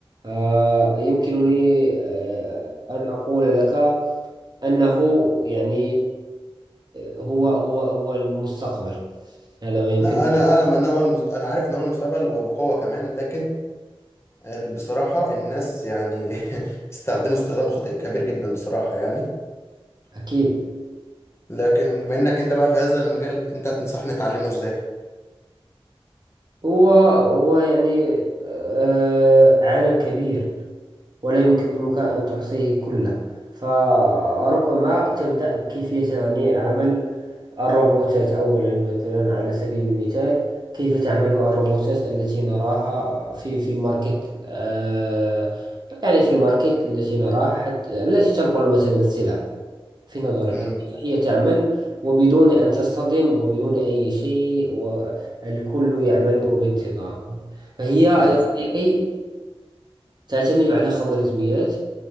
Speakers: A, on the right; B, on the left.
A: آه، يمكنني آه، أن أقول لك أنه يعني آه، هو هو هو المستقبل هذا ما يمكن
B: لا انا اعلم ان هو المست... انا عارف ان هو المستقبل وبقوة كمان لكن ال- بصراحة الناس يعني <laughs> بتستخدمه استخدام خاطئ كبير جدا بصراحة يعني
A: أكيد
B: لكن بما انك انت بقى في هذا المجال انت تنصحني اتعلمه ازاي؟
A: هو هو يعني آه عالم كبير ولا يمكنك أن تحصيه كله فربما تبدأ بكيفية يعني عمل الروبوتات أولا مثلا على سبيل المثال كيف تعمل الروبوتات التي نراها في في ماركت آه يعني في الماركت التي نراها حتى التي تنقل مثلا السلع في نظرك
B: امم
A: كيف هي تعمل وبدون أن تصطدم وبدون أي شيء والكل يعمل بانتظام فهي يا
B: يعني
A: صديقي تعتمد على خوارزميات